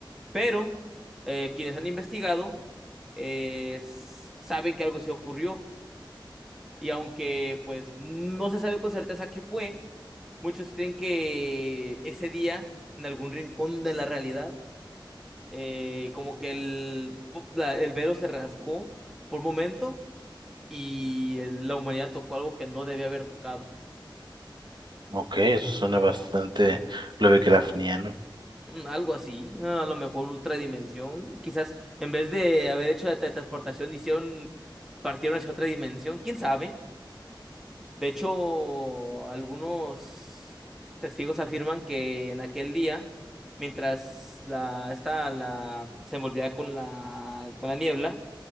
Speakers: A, in the centre; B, on the right.
A: Pero eh, quienes han investigado eh, s- saben que algo sí ocurrió y aunque pues no se sabe con certeza qué fue, muchos creen que ese día en algún rincón de la realidad eh, como que el, po- la- el velo se rasgó por un momento y el- la humanidad tocó algo que no debía haber tocado.
B: Ok, eso suena bastante Lovecraftiano.
A: Mm, Algo así, a lo mejor otra dimensión. Quizás en vez de haber hecho la teletransportación, hicieron, partieron hacia otra dimensión. ¿Quién sabe? De hecho, algunos testigos afirman que en aquel día, mientras la, esta, la, se envolvía con la, con la niebla,